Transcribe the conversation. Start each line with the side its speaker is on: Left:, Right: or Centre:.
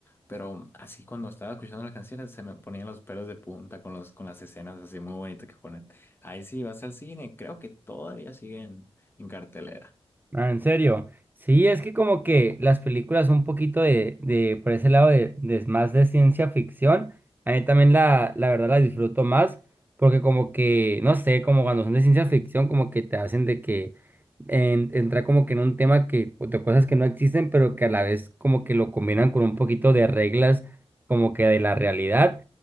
Left: pero así cuando estaba escuchando las canciones se me ponían los pelos de punta con los, con las escenas así muy bonitas que ponen. Ahí sí vas al cine, creo que todavía siguen en en cartelera.
Right: Ah, ¿en serio? Sí, es que como que las películas son un poquito de, de por ese lado de, de más de ciencia ficción, a mí también la, la verdad la disfruto más, porque como que, no sé, como cuando son de ciencia ficción, como que te hacen de que en- entrar como que en un tema que, o de cosas que no existen, pero que a la vez como que lo combinan con un poquito de reglas como que de la realidad,